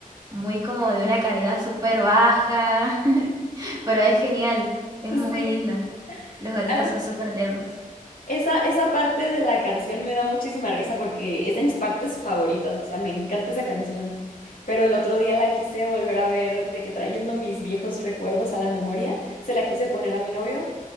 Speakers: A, on the right; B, on the left.
A: muy como de una calidad súper baja, <laughs> pero es genial, es
B: sí.
A: muy linda. Los gatitos
B: <laughs>
A: son súper tiernos.
B: Esa, esa parte de la canción me da muchísima risa porque es de mis partes favoritas, o sea, me encanta esa canción. Pero el otro día la quise volver a ver, de que trayendo mis viejos recuerdos a la memoria, se la quise poner a mi novio